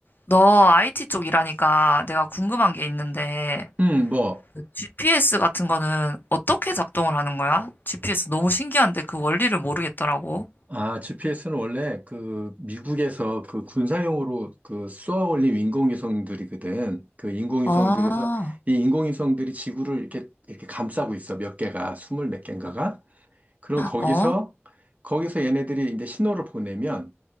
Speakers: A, on the left; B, on the right.
A: 너 IT 쪽 일하니까 내가 궁금한 게 있는데,
B: 음, 뭐,
A: GPS 같은 거는 어떻게 작동을 하는 거야? GPS 너무 신기한데 그 원리를 모르겠더라고.
B: 아, GPS는 원래 그 미국에서 그 군사용으로 그 쏘아 올린 인공위성들이거든. 그 인공위성들에서
A: 아,
B: 이 인공위성들이 지구를 이렇게, 이렇게 감싸고 있어. 몇 개가, 스물 몇 개인가가. 그럼 거기서,
A: 어?
B: 거기서 얘네들이 이제 신호를 보내면